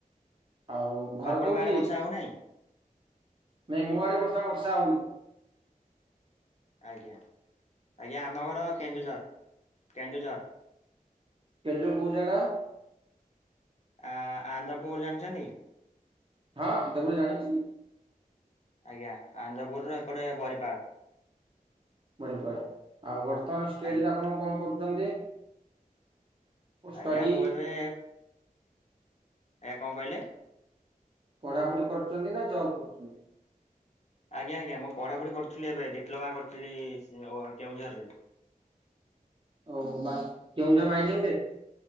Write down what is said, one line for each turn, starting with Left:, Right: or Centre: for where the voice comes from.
Right: ଆଉ। ଘର
Left: ଆପଣଙ୍କ
Right: କୋଉଠି?
Left: ଆଡେ ବର୍ଷା ହଉନାହିଁ।
Right: <unintelligible>
Left: ଆଜ୍ଞା ଆଜ୍ଞା ଆମ ଘର କେନ୍ଦୁଝର କେନ୍ଦୁଝର।
Right: <unintelligible>
Left: ଆ ଆନ୍ଦପୁର ଜାଣିଛନ୍ତି।
Right: ହଁ ସବୁ ଜାଣିଛି।
Left: ଆଜ୍ଞା ଆନ୍ଦପୁର ର ଏପଟେ ବରିପାଳ।
Right: ବରିପାଲ ଆଉ ବର୍ତ୍ତମାନ ଷ୍ଟେଜ
Left: ଆଜ୍ଞା
Right: ରେ ଆପଣ କଣ କରୁଛନ୍ତି? ଷ୍ଟଡି
Left: ଆଜ୍ଞା ମୁଁ ଏବେ ଆଜ୍ଞା କଣ କହିଲେ?
Right: ପଢ଼ାପଢ଼ି କରୁଛନ୍ତି ନା ଜବ୍ କରୁଛନ୍ତି?
Left: ଆଜ୍ଞା ଆଜ୍ଞା ମୁଁ ପଢ଼ାପଢ଼ି କରୁଥିଲି ଏବେ ଡିପ୍ଲୋମା କରିଥିଲି କେଉଁଝରରେ।
Right: ଓ କେଉଁଝର ମାଇନିଂ ରେ?